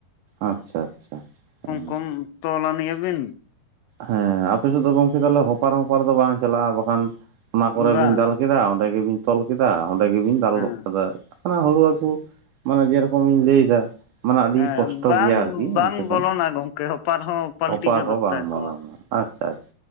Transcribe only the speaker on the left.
ᱠᱚᱢ ᱛᱚᱞ ᱟᱱᱤᱜ ᱟᱵᱤᱱ᱾
ᱵᱟᱝ
ᱦᱮᱸ
ᱦᱮᱸ
ᱵᱟᱝ
ᱵᱟᱝ
ᱵᱚᱞᱚᱱᱟ ᱜᱚᱢᱠᱮ ᱦᱚᱯᱟᱨ ᱦᱚᱸ ᱯᱟᱞᱴᱤ
ᱜᱚᱫᱚᱜ
ᱛᱟᱠᱚᱣᱟ